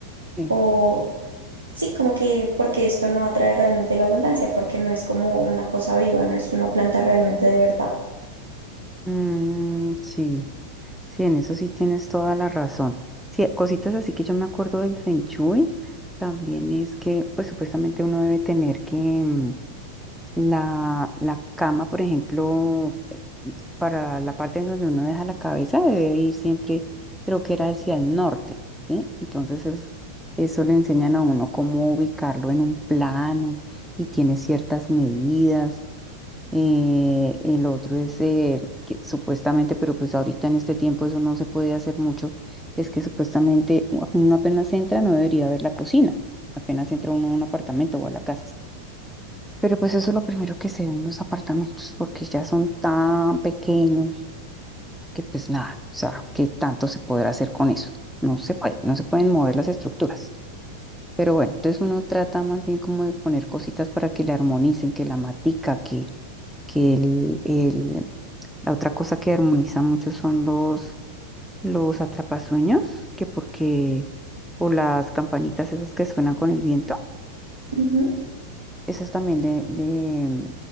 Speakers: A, in the centre; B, on the right.
A: sí.
B: O, Sí, como que porque esto no atrae realmente la abundancia, porque no es como una cosa viva, no es una planta realmente de verdad.
A: Mm, sí, sí, en eso sí tienes toda la razón. Sí, cositas así que yo me acuerdo del Feng Shui, también es que, pues supuestamente uno debe tener que mm, la, la cama, por ejemplo, eh, para la parte en donde uno deja la cabeza, debe ir siempre, creo que era hacia el norte, ¿sí? Entonces eso, eso le enseñan a uno cómo ubicarlo en un plano y tiene ciertas medidas eh, el otro es eh, que supuestamente, pero pues ahorita en este tiempo eso no se puede hacer mucho, es que supuestamente u- uno apenas entra no debería ver la cocina, apenas entra uno a un apartamento o a la casa. Pero pues eso es lo primero que se ve en los apartamentos, porque ya son tan pequeños que pues nada, o sea, ¿qué tanto se podrá hacer con eso? No se puede, no se pueden mover las estructuras. Pero bueno, entonces uno trata más bien como de poner cositas para que le armonicen, que la matica, que que el, el, la otra cosa que armoniza mucho son los, los atrapasueños, que porque, o las campanitas esas que suenan con el viento,
B: Ujú.
A: esas también le, le,